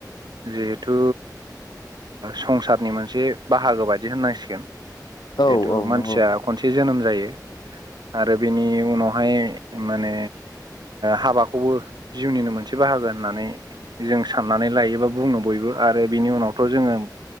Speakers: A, on the right; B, on the left.
A: जिहेथु संसारनि मोनसे बाहागो बायदि होननांसिगोन
B: औ
A: जिहेथु
B: औ
A: मानसिया
B: नंगौ
A: खनसे जोनोम जायो आरो बेनि उनावहाय। माने हाबाखौबो जिउनिनो मोनसे बाहागो होननानै। जों साननानै लायोबा बुङो बयबो आरो बिनि उनावथ' जोङो।